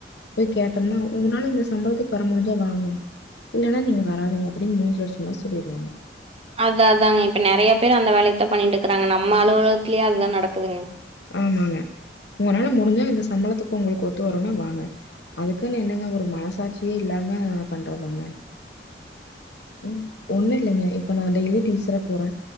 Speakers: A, on the left; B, on the right.
A: போய் கேட்டோம்னா உங்கனால இந்த சம்பளத்துக்கு வர முடிஞ்சா வாங்க இல்லன்னா நீங்க வராதிங்க அப்டின் மூஞ்சில அடிச்ச மாரி சொல்லிருவாங்க
B: அதா அதாங்க இப்ப நெறைய பேரு அந்த வேலயத்தா பண்ணிட்ருக்கறாங்க நம்ம அலுவலகத்துலே அதுதா நடக்குதுங்க
A: ஆமாங்க உங்கனால முடிஞ்சா இந்த சம்பளத்துக்கு உங்களுக்கு ஒத்து வருனா வாங்க அதுக்குன்னு என்னங்க ஒரு மனசாட்சியே இல்லாம பண்றதாங்க ம் ஒண்ணு இல்லங்க இப்ப நா டெய்லி டீச்சரா போறே